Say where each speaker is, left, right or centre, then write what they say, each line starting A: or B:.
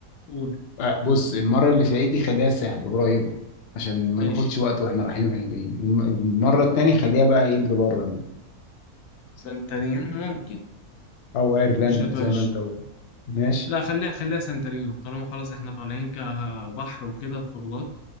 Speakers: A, on the left; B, on the left.
A: قول
B: آه بص المره اللي في العيد دي خليها الساحل قريبه عشان ما
A: ماشي
B: ناخدش وقت واحنا رايحين واحنا جايين الم- المره التانيه خليها بقى ايه اللي بره دي
A: سانتارينو ممكن
B: او ايرلاند
A: مش هتوحش
B: زي ما انت قلت ماشي
A: لا خليها خليها سانتارينو طالما خلاص احنا طالعين كبحر وكده وخروجات